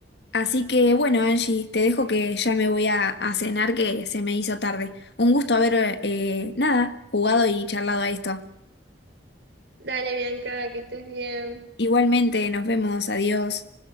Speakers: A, on the left; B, on the right.
A: Así que, bueno, Angie, te dejo que ya me voy a, a cenar que se me hizo tarde. Un gusto haber, eh, nada, jugado y charlado a esto.
B: Dale, Bianca, que estés bien.
A: Igualmente, nos vemos, adiós.